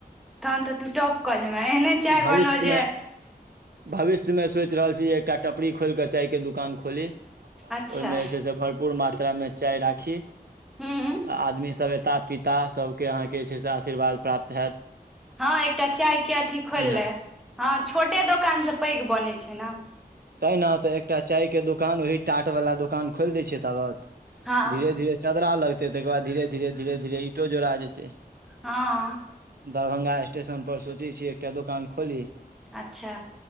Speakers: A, in the centre; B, on the right.
A: तहन तऽ तू टॉप कऽ जेबैं एहने चाय
B: भविष्य
A: बनौ जे
B: मे भविष्य मे सोचि रहल छी एकटा टपरी खोलि कऽ चाय के दुकान खोली
A: अच्छा
B: ओहिमे जे छै से भर पूर्ण मात्रा मे चाय राखी आ
A: हूँ
B: आदमी सब एता पीता सब के अहाँके जे छै से आशीर्वाद प्राप्त हैयत
A: हँ एकटा चाय के अथी खोइल ले
B: हैत
A: हँ छोटे दोकान से पैघ बनय छै न
B: तेहि न तऽ एकटा चायके दोकान ओही टाटवला दोकान खोलि दैत छियै ताबत
A: हँ
B: धीरे धीरे चदरा लगतै तकर बाद धीरे धीरे धीरे धीरे ईंटो जोड़ा जेतै
A: हँ
B: दरभंगा स्टेशन पर सोचै छी एकटा दोकान खोली
A: अच्छा